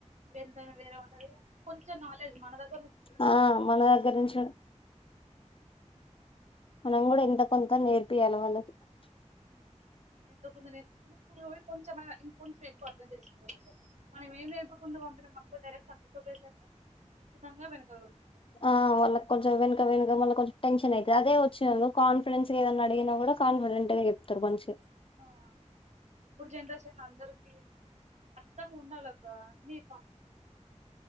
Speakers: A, on the right (about 70°); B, on the left (about 45°).
A: ఎంతైనా వేరే ఉంటది కొంచెం నాలెడ్జ్ మన దగ్
B: ఆ మన దగ్గర నుంచి మనం కూడా ఎంతో కొంత నే <unintelligible>
A: ఊహూ ఎంతోకొంత నేర్పిస్తున్నా కొంచెమ ఇంకంచెం ఎక్కువ అర్థం చేసుకోగలుగుతాం మనం ఏం లేకోకుండా పంపినం అనుకో డైరెక్ట్ తక్క చెప్పేసరికి ఖచ్చితంగా వినకాల <inaudible>
B: ఆ వాళ్ళ కొంచం వెనక వెనుక మళ్ళ కొంచెం టెన్షన్ అయి అదే వచ్చి <unintelligible> కాన్ఫిడెన్స్ గా ఏదైన్నా అడిగినా కూడా కాన్ఫిడెంట్ గా చెప్తారు మంచి
A: అందరితో ఇప్పుడు జనరేషన్ ల అందరికీ ఖచ్చితంగా ఉండాలక్క నీ